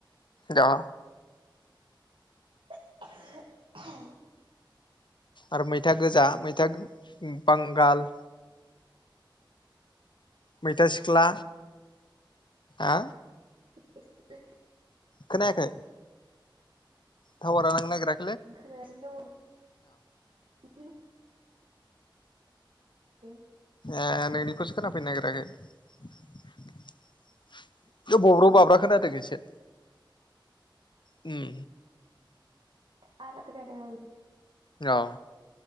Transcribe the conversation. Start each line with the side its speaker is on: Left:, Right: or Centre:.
Left: दा
Right: ओ ओहो आह
Left: आरो मैथा गोजा मैथा बांगाल मैथा सिख्ला आ
Right: <inaudible>
Left: खोनायाखै टावारा नांनागिराखै
Right: आं खोनागासिनो दङ। <inaudible> <unintelligible>
Left: ए नोंनिखौसो खोनाफैनो नागिराखै <unintelligible> बब्र' बाब्रा खोनादों एसे उम
Right: <unintelligible>
Left: औ